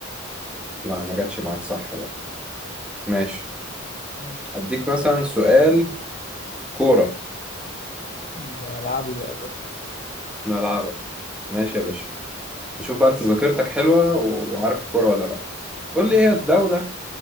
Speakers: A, in the centre; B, on the left (about 35°).
A: لا ما جاتش معاك صح بقى ماشي
B: ماشي
A: اديك مثلا سؤال كورة
B: دي ملعبي بقى ده
A: ملعبك ماشي يا باشا نشوف بقى انت ذاكرتك حلوة و- وعارف الكورة ولا لا قول لي
B: اه
A: ايه هي الدولة